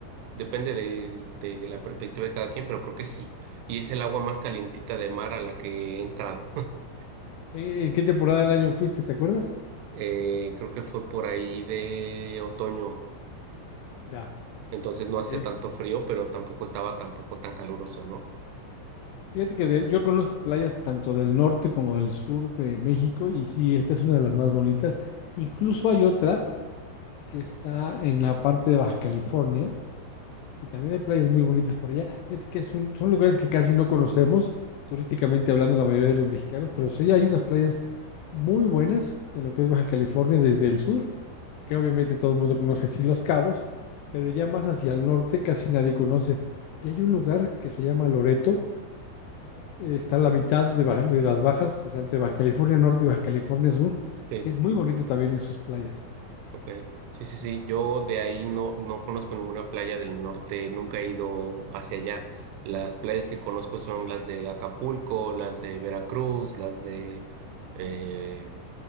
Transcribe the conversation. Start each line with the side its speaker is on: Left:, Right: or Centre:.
Right: depende de, de la perspectiva de cada quien, pero creo que sí. Y es el agua más calientita de mar a la que he entrado. <laughs>
Left: Eh, ¿En qué temporada del año fuiste? ¿Te acuerdas?
Right: Eh, creo que fue por ahí de otoño,
Left: Ya,
Right: entonces no
Left: ok.
Right: hacía tanto frío, pero tampoco estaba tampoco tan caluroso, ¿no?
Left: Fíjate que de- yo conozco playas tanto del norte como del sur de México y sí, esta es una de las más bonitas. Incluso hay otra que está en la parte de Baja California, que también hay playas muy bonitas por allá. Fíjate que es un- son lugares que casi no conocemos, turísticamente hablando la mayoría de los mexicanos, pero sí hay unas playas muy buenas en lo que es Baja California desde el sur, que obviamente todo el mundo conoce, sí Los Cabos, pero ya más hacia el norte casi nadie conoce. Y hay un lugar que se llama Loreto eh, está a la mitad de, Baja- de las bajas, o sea, entre Baja California Norte y Baja California Sur,
Right: Eh,
Left: que es muy bonito también en sus playas.
Right: Ok, sí, sí, sí. Yo de ahí no, no conozco ninguna playa del norte, nunca he ido hacia allá. Las playas que conozco son las de Acapulco, las de Veracruz, las de... eh,